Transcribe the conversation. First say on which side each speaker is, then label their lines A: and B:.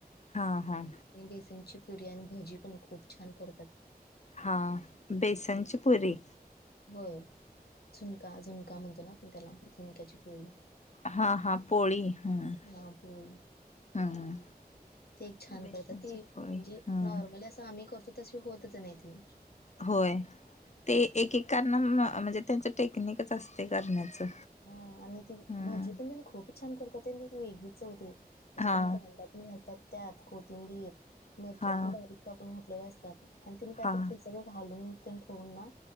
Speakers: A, on the left; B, on the left.
A: हा हा
B: बेसनची पुरी आणि भजी पण खूप छान करतात
A: हां बेसनची पुरी
B: होय झुणका झुणका म्हणतो ना आपण त्याला झुणक्याची पोरी
A: हा हा पोळी हम्म
B: हा पोळी
A: हम्म
B: ते एक छान
A: बेसनची
B: करतात ती म्हणजे
A: पोळी हम्म
B: नॉर्मली असं आम्ही करतो तशी होतच नाही ती
A: होय ते एकेकांना म्हणजे त्यांच टेक्निकच असते करण्याचं
B: ह आणि ती
A: हम्म
B: भजी पण त्यांनी खूप छान करतात त्यांनी ती वेगळीच होती म्हणजे
A: हा
B: त्यांनी कांदा घतात त्यात कोथिंबीर मिरच्या
A: हा
B: पण बारीक का आपण घटलेल्या असतात आणि तिने काय
A: हा
B: करत सगळं घालून ठेवून ना